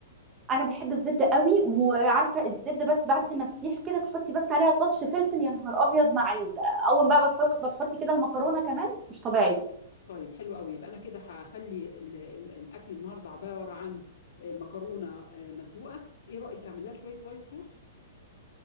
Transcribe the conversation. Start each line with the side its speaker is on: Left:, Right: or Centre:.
Right: انا بحب الزبده قوي وعارفه الزبده بس بعد ما تسيح كده تحطي بس عليها تاتش فلفل يا نهار ابيض مع ال... آه، اول بقى بتحط بتحطي كده المكرونه كمان مش طبيعي
Left: طيب حلو قوي يبقى انا كده هخلي ال- ال- الاكل النهارده عباره عن آه، مكرونه آه، مسلوقه ايه رايك اعمل لها شويه وايت صوص